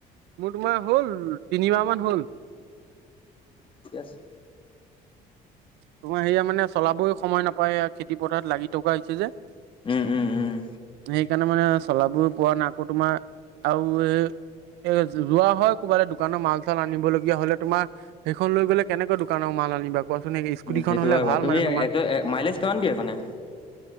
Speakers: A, on the right; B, on the left.
A: মোৰ তোমাৰ হ'ল তিনিমাহ মান হ'ল।
B: ঠিকে আছে।
A: তোমাৰ হেইয়া মানে চলাবই সময় নাপাও। এইয়া খেতি পথাৰত লাগি থকা হৈছে যে।
B: উম, উম, উম।
A: সেইকাৰণে মানে চলাবই পোৱা নাই। আকৌ তোমাৰ আৰু এই এ যোৱা হয় কবালে দোকানৰ মাল-চাল আনিবলগীয়া হ'লে তোমাৰ। সেইখন লৈ গ'লে কেনেকৈ দোকানৰ মাল আনিবা কোৱাচোন। সেই স্কুটিখন
B: উম, সেইটো
A: হ'লে
B: হয়
A: ভাল
B: বাৰু। তুমি
A: মানে তোমাৰ।
B: মাইলেজ কিমান দিয়ে সেইখনে?